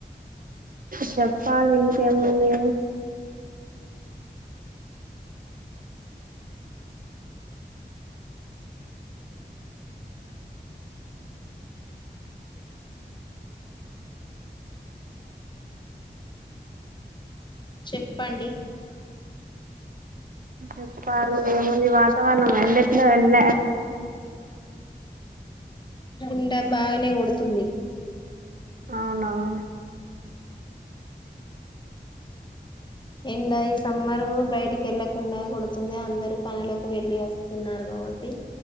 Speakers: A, on the right; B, on the left.
A: చెప్పాలి ఇంకేముంది
B: చెప్పండి
A: చెప్పాలి ఇంకేముంది వాతావరణం ఎట్లెట్లో వెళ్ల
B: ఎండా బాగనే కొడుతుంది
A: అవునవును
B: ఎండా ఈ సమ్మరు బయటికి వెళ్ళకుండా కొడుతుంది అందరు పనులకు వెళ్లి వస్తున్నారు ఓటి